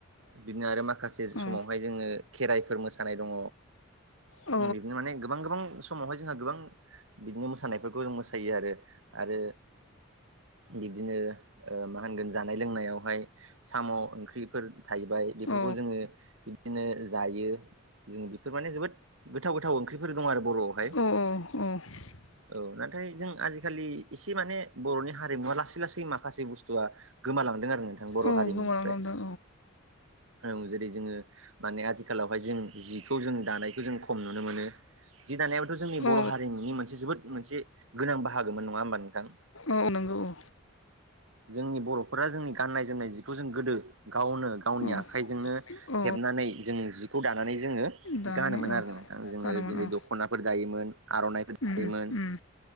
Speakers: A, on the right (about 75°); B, on the left (about 75°).
A: बिदिनो आरो माखासे
B: ओ
A: समावहाय जोङो खेराइफोर मोसानाय दङ
B: औ
A: बिदिनो माने गोबां गोबां समावहाय जोंहा गोबां बिदिनो मोसानायफोरखौ जों मोसायो आरो आरो बिब्दिनो ओ मा होनगोन जानाय लोंनायावहाय साम' ओंख्रिफोर थाहबाय बेफोरखौ
B: औ
A: जोङो बिदिनो जायो। जों बेफोर माने जोबोद गोथाव गोथाव ओंख्रिफोर दं आरो बर'आवहाय
B: औ <unintelligible>
A: औ नाथाय जों आजिखालि एसे माने बर'नि हारिमुवा लासै लासै माखासे बुस्थुआ गोमालांदों आरो नोंथां बर'
B: औ
A: हारिमुनिफ्राय
B: गोमालांनो हमदों
A: औ जेरै जोंङो माने आथिखालावहाय जों जिखौ जों दानायखौ जों खम नुनो मोनो। जि दानायाबाथ' जोंनि बर'
B: औ
A: हारिमुनि मोनसे जोबोद मोनसे गोनां बाहागोममोन नङा होमबा नोंथां।
B: औ नंगौ औ
A: जोंनि बर'फोरा जोंनि गाननाय जोमनाय जिखौ जों गोदो गावनो गावनि
B: औ
A: आखाइजोंनो
B: औ
A: हेबनानै जोऔङो जिखौ दानानै जोंङो
B: दानानै
A: गानोमोन
B: औ
A: आरो नोंथां जोंङो
B: गानोमोन
A: दिनै
B: औ
A: दख'ना फोर दायोमोन आर'नाइबो दायोमोन
B: उम उम